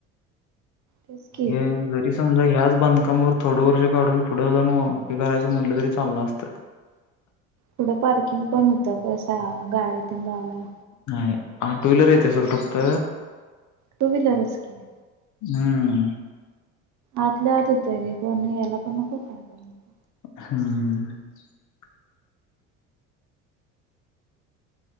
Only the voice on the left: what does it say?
हे जरी समजा ह्याच बांधकामावर थोडं वर्ष काढून पुढं जाऊ हे करायचं म्हटलं तरी चाललं असतं. <unintelligible>
नाही हा टू व्हीलर येत असेल फक्त
हम्.
हम्म....